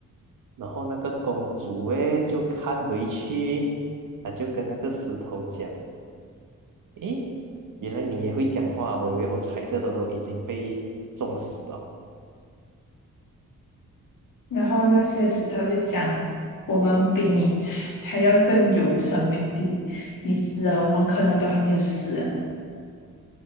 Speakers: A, on the right; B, on the left.
A: 然后那个公主诶，就看回去，她就跟那个石头讲，诶，原来你也会讲话，我以为我踩这的都已经被撞死了。
B: 然后那些石头就讲，我们比你还要更有生命力，你死了，我们可能都还没有死啊。